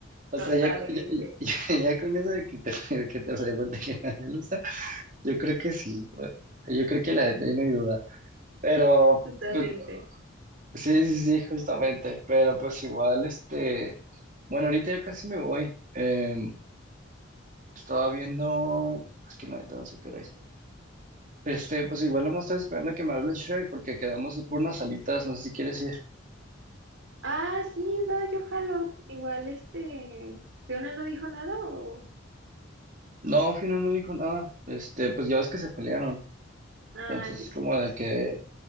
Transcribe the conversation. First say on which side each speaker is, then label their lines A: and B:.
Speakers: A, on the right; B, on the right.
A: O
B: Totalmente,
A: sea, ya, co- ya, ya- ya con eso de que te, de que te pregunte que nadie lo usa, yo creo que sí, yo creo que la neta ya no hay duda. Pero
B: totalmente.
A: pues, Sí, sí, sí, justamente, pero pues igual, este, bueno, ahorita ya casi me voy. Em, estaba viendo, es que la neta no sé qué hora es. Este, pues igual no me estoy esperando que me hable Shrek porque quedamos ir por unas salitas, no sé si quieres ir.
B: Ah, sí, va, yo jalo. Igual este, Fiona no dijo nada o...
A: No, Fino no dijo nada. Este, pues ya ves que se pelearon.
B: Ah,
A: Entonces,
B: sí, es
A: como
B: cierto.
A: de que,